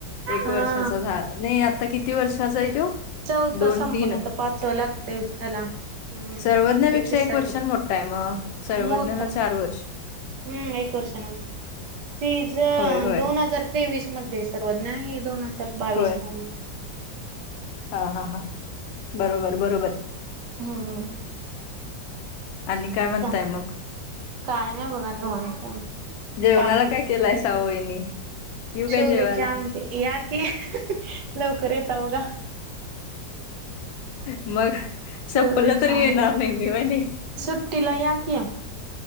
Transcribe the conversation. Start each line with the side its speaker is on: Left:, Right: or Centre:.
Left: एक
Right: हा.
Left: वर्षाचा झा नाही आता किती वर्षाचा आहे तो.
Right: चौथ
Left: दोन
Right: संपून
Left: तीन
Right: आता पाचव लागतेय हला. हम्म
Left: सर्वज्ञपेक्षा
Right: एकतीस
Left: एक
Right: तारखेस
Left: वर्षानं मोठा आहे मग सर्वज्ञला
Right: मोठ हाय
Left: चार
Right: त्यो
Left: वर्ष
Right: हम्म एक वर्षान तीच
Left: होय होय
Right: दोन हजार तेवीस मध्ये सर्वज्ञ हे दोन हजार बावीस
Left: होय
Right: मध्ये
Left: हा हा हा बरोबर बरोबर
Right: हम्म
Left: आणि काय म्हणताय
Right: का
Left: मग <unintelligible>
Right: काय नाही बघा निवांत का
Left: जेवणाला
Right: ताकीती
Left: काय केलाय
Right: <unintelligible> करायचं
Left: सावू यांनी येऊ
Right: शोल
Left: काय जेवायला
Right: चे आमटी या कि लवकर येत बघा
Left: मग संपलं
Right: वले चते
Left: तरी येणार
Right: <unintelligible>
Left: नाही मी वहिनी
Right: सुट्टीला या की